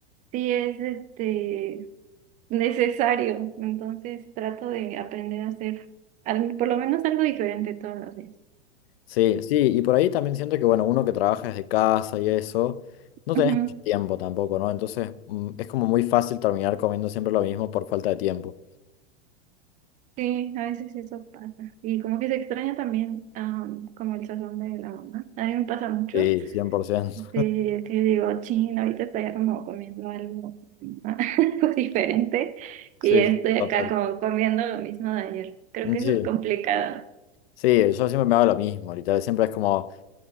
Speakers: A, on the right; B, on the left.
A: sí es este necesario. Entonces trato de aprender a hacer al- por lo menos algo diferente todos los días.
B: Sí, sí, y por ahí también siento que, bueno, uno que trabaja desde casa y eso, no tenés
A: Ujú.
B: mucho tiempo tampoco, ¿no? Entonces, mm, es como muy fácil terminar comiendo siempre lo mismo por falta de tiempo.
A: Sí, a veces eso pasa. Y como que se extraña también, am, como el sazón de la mamá. A mí me pasa mucho.
B: Sí, cien por ciento
A: Sí, es que digo, chino, ahorita estoy como comiendo algo, <laughs> algo diferente
B: <laughs>
A: y estoy
B: Sí, total.
A: acá como comiendo lo mismo de ayer. Creo que
B: Sí.
A: eso es complicado.
B: Sí, yo siempre me hago lo mismo, literal. Siempre es como